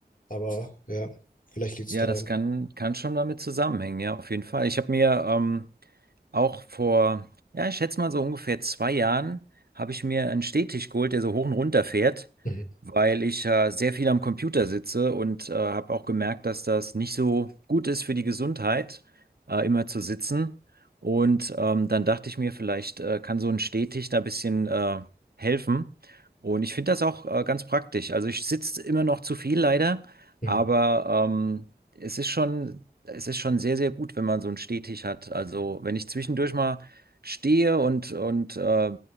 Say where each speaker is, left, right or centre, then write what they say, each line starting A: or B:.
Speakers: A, on the left; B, on the right.
A: aber ja, vielleicht liegt es
B: Ja,
A: daran.
B: das kann, kann schon damit zusammenhängen, ja, auf jeden Fall. Ich habe mir ähm, auch vor, ja, ich schätze mal so ungefähr zwei Jahren, habe ich mir einen Stehtisch geholt, der so hoch und runter fährt,
A: Mhm.
B: weil ich äh, sehr viel am Computer sitze und äh, habe auch gemerkt, dass das nicht so gut ist für die Gesundheit, äh, immer zu sitzen. Und ähm, dann dachte ich mir, vielleicht äh, kann so ein Stehtisch da ein bisschen äh, helfen. Und ich finde das auch äh, ganz praktisch. Also ich sitze immer noch zu viel leider.
A: Mhm.
B: Aber ähm, es ist schon, es ist schon sehr, sehr gut, wenn man so einen Stehtisch hat. Also wenn ich zwischendurch mal stehe und, und äh,